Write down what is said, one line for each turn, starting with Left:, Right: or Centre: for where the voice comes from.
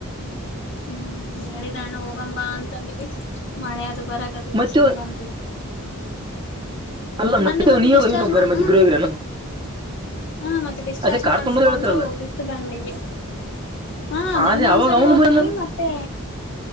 Left: ಹ್ಮ್ ಹೇಳಿದ ಅಣ್ಣ ಹೋಗಂಬಾ ಅಂತಂದಿವಿ ಮಳೆ ಅದು ಬರಕತ್ತಿತ್ತು
Right: ಮತ್ತೆ
Left: ಸುಮ್ ಬಂದುಬಿಟ್ಟಿವಿ.
Right: ಅಲ್ಲ
Left: ಮೊನ್ನೆ ಮತ್ತೆ
Right: ನೀ
Left: ಡಿಸ್ಚಾರ್ಜ್
Right: ಹೋಗ ನೀ ಬೇರೆ
Left: ಮಾಡ್
Right: ಮತ್ತೆ
Left: ಹ್ಮ್.
Right: ಇಬ್ರು ಹೋಗಿರನ
Left: ಹ್ಮ್ ಮತ್ತೆ ಡಿಸ್ಚಾರ್ಜ್
Right: ಅದೇ ಕಾರ್
Left: ಮಾಡ್ಸ್ಕೊಂಡು
Right: ತೊಗೊಂಡ್ ಹೇಳ್ತಿರಲ್ಲ
Left: ಬಿಟ್ಟು ಬಂದೀವಿ. ಹಾಂ ಮೊನ್ನೆ
Right: ಅದೇ
Left: ಒಂದ್ಸರಿ
Right: ಅವಾಗ ಅವನು
Left: ಹೋಗಿದ್ವಿ
Right: ಬಂದಲ್ಲ
Left: ಮತ್ತೆ.